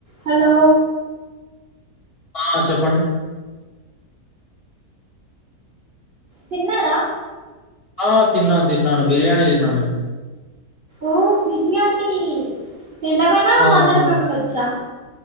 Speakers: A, on the right (about 45°); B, on the left (about 55°).
A: Hello
B: ఆ చెప్పండి
A: తిన్నారా?
B: ఆ తిన్నాను తిన్నాను బిర్యానీ తిన్నాను నేను
A: ఓ బిర్యానీ తినడమేనా
B: అవునవును.
A: వండడం ఏమనా వచ్చా?